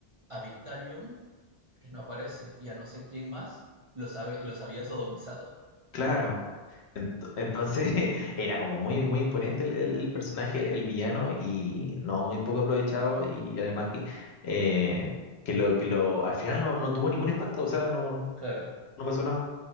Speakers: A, on the right; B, on the left.
A: a Victarion, que no aparece, y a no sé quién más, los, habe- los había sodomizado.
B: Claro. Ent- Entonces <laughs> era como muy, muy imponente el, el- el personaje, el, el villano, y no, muy poco aprovechado, y además que, eh, que lo, que lo, al final no, no tuvo ningún impacto, o sea, no,
A: <laughs> claro,
B: no pasó nada.